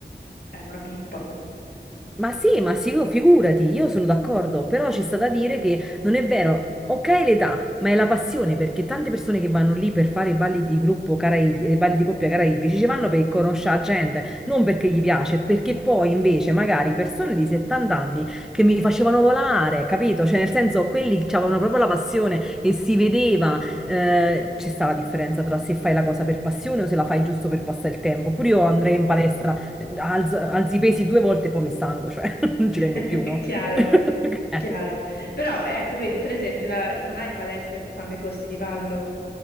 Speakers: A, on the left; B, in the centre.
A: era una pippa.
B: Ma sì, ma sì, figurati, io sono d'accordo, però ci sta da dire che non è vero, ok l'età, ma è la passione, perché tante persone che vanno lì per fare i balli di gruppo caraibi, eh, balli di coppia caraibici, ci vanno per conoscere gente, non perché gli piace, perché poi invece magari persone di 70 anni che mi facevano volare, capito? Cioè nel senso, quelli avevano proprio la passione e si vedeva, eh, c'è sta la differenza tra se fai la cosa per passione o se la fai giusto per passare il tempo. Pure io andrei in palestra alzo- alzi i pesi due volte e poi mi stanco, cioè <laughs> non ci
A: <laughs>
B: vengo più, no?
A: Chiaro,
B: <laughs> Eh,
A: chiaro. Però ecco, vedi, per esempio, la- non hai palestre che fanno i corsi di ballo